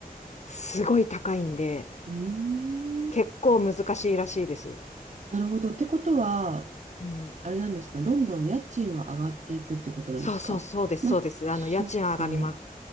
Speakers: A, on the left (about 50°); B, on the right (about 50°).
A: すごい高いんで、
B: うーん。
A: 結構難しいらしいです。
B: なるほど。ってことは、
A: うん。
B: あれなんですか、どんどん家賃は上がっていくってことなんですか。
A: そうそうそうです、
B: ま、
A: そうです。
B: そっか。
A: あの、家賃は上がります。